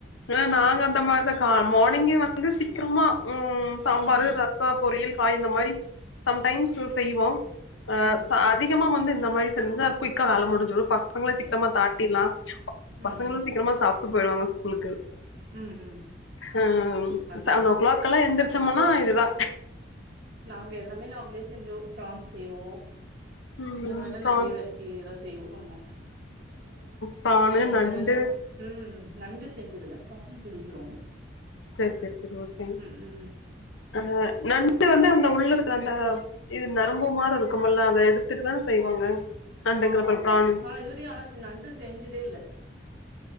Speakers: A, on the left; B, on the right.
A: ஏனா
B: ஆமா
A: நாங்க அந்த மாரிதா கா மார்னிங்கே வந்து சீக்கரமா ம் சாம்பாரு
B: ம்
A: ர ஆ பொரியல் காய் இந்த மாரி சம்டைம்ஸ் செய்வோ அ
B: ம்
A: சா அத் அதிகமா வந்து இந்த மாரி செஞ்சா குயிக்கா வேலை முடிஞ்சிரு பசங்கள சீக்கிரமா சாட்டிர்லா
B: ம்
A: பசங்களு
B: ம்
A: சீக்கிரமா சாப்டு போயிடுவாங்க ஸ்கூலுக்கு
B: ம் ம்
A: ம் ம் ம்
B: அதா
A: செவன்
B: அதா
A: ஓ கிளாக்லா எந்திரிச்சோம்னா இதுதா
B: நாங்க எல்லாமே நாங்களே செஞ்சோ ஃபிரான் செய்வோ
A: ம்
B: இந்த மாரில்லா
A: ப்ரான்
B: நெறைய வெர ட்டி இதெல்லா செய்வோ ஆமா
A: ப்ரானு
B: சே
A: நண்டு
B: எல்லா ம் நண்டு செஞ்சதுல ப்ரான் செஞ்சுக்கிறோ
A: சேரி சேரி சேரி ஓகேங்க
B: ம்
A: அ நண்டு வந்து அந்த உள்ள இருக்க அந்த இது நரம்பு மாரி இருக்குமல்ல அத எடுத்துட்டு தான செய்வாங்க நண்டுங்குற
B: ஆமா
A: பாரு ப்ரானு
B: <unintelligible> நண்டு செஞ்சதே இல்ல